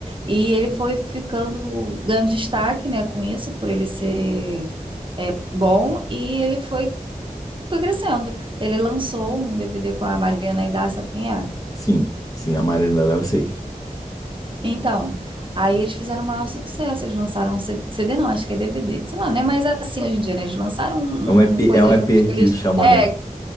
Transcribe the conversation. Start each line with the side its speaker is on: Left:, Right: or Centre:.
Right: E ele foi ficando, ganhando destaque, né, com isso, por ele ser é, bom, e ele foi, foi crescendo. Ele lançou um DVD com a Mariana Aidar, sabe quem é?
Left: Sim, sim, a Maranada eu sei.
Right: Então, aí eles fizeram o maior sucesso, eles lançaram um C- CD, não, acho que é DVD, sei lá, né? Mas assim hoje em dia, né? Eles lançaram um,
Left: É um EP,
Right: um coisa
Left: é um EP
Right: juntos que eles,
Left: que eles chamam,
Right: é,
Left: né?
Right: que